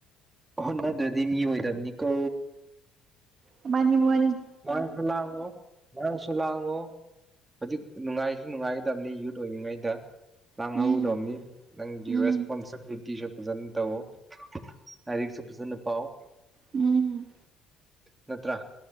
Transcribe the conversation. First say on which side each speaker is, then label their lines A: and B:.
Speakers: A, on the right; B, on the right.
A: ꯍꯣꯏ ꯅꯗ꯭ꯔꯗꯤ ꯃꯤ ꯑꯣꯏꯗꯕꯅꯤꯀꯣ
B: ꯃꯥꯅꯤ ꯃꯅꯤ
A: ꯃꯁ ꯂꯉꯣ ꯉꯔꯥꯡꯁꯨ ꯂꯥꯡꯉꯣ ꯍꯧꯖꯤꯛ ꯅꯨꯡꯉꯥꯏꯁꯨ ꯅꯨꯡꯉꯥꯏꯒꯗꯕꯅꯤ ꯌꯨꯠ ꯑꯣꯏꯔꯤꯉꯩꯗ ꯅꯥꯡꯍꯧ
B: ꯎꯝ
A: ꯎꯗꯧꯅꯤ ꯅꯪꯒꯤ
B: ꯎꯝ
A: ꯔꯦꯁꯄꯣꯟꯁꯤꯕꯤꯂꯤꯇꯤꯁꯨ ꯐꯖꯅ ꯇꯧꯋ ꯂꯥꯏꯔꯤꯛꯁꯨ ꯐꯖꯅ ꯄꯥꯎ
B: ꯎꯝ
A: ꯅꯠꯇ꯭ꯔ